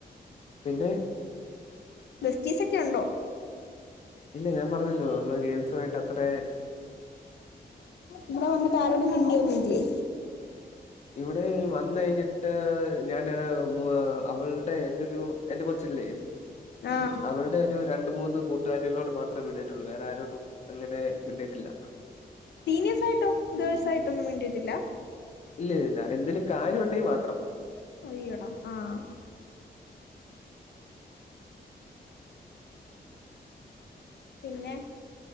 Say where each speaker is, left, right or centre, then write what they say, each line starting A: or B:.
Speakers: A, on the left; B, on the left.
A: പിന്നെ
B: ബസ്റ്റീസ് ഒക്കെ ഉണ്ടോ
A: ഇല്ല ഞാൻ പറഞ്ഞല്ലോ നമ്മള് ഗേൽസുയിട്ട് അത്ര
B: ഇവിടെ വന്നിട്ട് ആരോടും മിണ്ടിന്നില്ലേ
A: ഇവിടെ വന്ന് കഴിഞ്ഞിട്ട് ഞാന് അവളുടെ എന്റെ ഒരു എന്റെ കൊച്ചല്ലേ
B: ആഹ്
A: അവളുടെ ഒരു രണ്ട് മൂന്ന് കൂട്ടുകാരിളോട് മാത്രേ മിണ്ടിയിട്ടുള്ളൂ വേറെ ആരോടും എങ്ങനെ മിണ്ടിട്ടില്ല
B: സീനിയേഴ്സ് ആയിട്ടോ ഗേൾസ് ആയിട്ടോ ഒന്നും വേണ്ടിയിട്ടില്ല
A: ഇല്ലല്ല എന്തേലും കാര്യംമുണ്ടെങ്കിൽ മാത്രം
B: അയ്യോടാ ആഹ് പിന്നെ